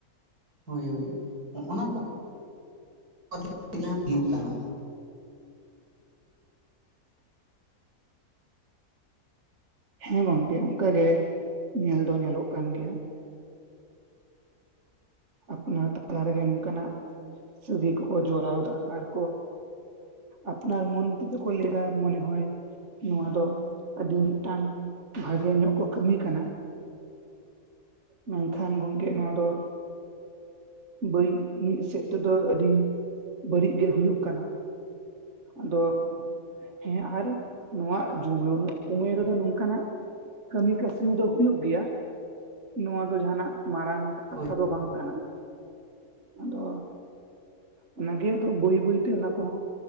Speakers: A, on the right; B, on the right.
A: ᱦᱳᱭ ᱦᱳᱭ ᱦᱚᱸᱜᱼᱱᱟ ᱠᱚ <inaudible> ᱡᱟᱦᱟᱸ ᱦᱩᱭᱩᱜ ᱠᱟᱱᱟ᱾
B: ᱦᱮᱸ ᱜᱚᱝᱠᱮ ᱚᱝᱠᱟᱜᱮ ᱧᱮᱞ ᱫᱚ ᱧᱮᱞᱚᱜ ᱠᱟᱱ ᱜᱮᱭᱟ᱾ ᱟᱯᱱᱟᱨ ᱛᱟᱞᱟ ᱨᱮᱜᱮ ᱱᱚᱝᱠᱟᱱᱟᱜ ᱥᱟᱹᱜᱟᱹᱭ ᱠᱚᱠᱚ ᱡᱚᱨᱟᱣ ᱫᱟ ᱟᱨ ᱠᱚ ᱟᱯᱱᱟᱨ ᱢᱚᱱ ᱛᱮᱫᱚ ᱠᱚ ᱞᱟᱹᱭ ᱫᱟ ᱢᱚᱱᱮ ᱦᱚᱭ ᱱᱚᱣᱟ ᱫᱚ ᱟᱹᱰᱤ ᱢᱤᱜᱴᱟᱝ ᱵᱷᱟᱜᱮ ᱧᱚᱜ ᱠᱚ ᱠᱟᱹᱢᱤ ᱠᱟᱱᱟ᱾ ᱢᱮᱱᱠᱷᱟᱱ ᱜᱚᱝᱠᱮ ᱱᱚᱣᱟ ᱫᱚ, ᱵᱟᱹᱲᱤᱜ ᱢᱤᱜ ᱥᱮᱜ ᱛᱮᱫᱚ ᱟᱹᱰᱤ ᱵᱟᱹᱲᱤᱜ ᱜᱮ ᱦᱩᱭᱩᱜ ᱠᱟᱱᱟ᱾ ᱟᱫᱚ ᱦᱮᱸ ᱟᱨ ᱱᱚᱣᱟ ᱡᱩᱭᱟᱹᱱ ᱩᱢᱮᱨ ᱨᱮᱫᱚ ᱱᱚᱝᱠᱟᱱᱟᱜ ᱠᱟᱹᱢᱤ ᱠᱟᱹᱥᱱᱤ ᱫᱚ ᱦᱩᱭᱩᱜ ᱜᱮᱭᱟ᱾ ᱱᱚᱣᱟ ᱫᱚ ᱡᱟᱦᱟᱸᱱᱟᱜ ᱢᱟᱨᱟᱝ ᱠᱟᱛᱷᱟ
A: ᱦᱳᱭ
B: ᱫᱚ ᱵᱟᱝ ᱠᱟᱱᱟ᱾ ᱟᱫᱚ ᱚᱱᱟᱜᱮ ᱟᱫᱚ ᱵᱟᱹᱭ ᱵᱟᱹᱭ ᱛᱮ ᱚᱱᱟ ᱠᱚᱸᱦᱚᱸ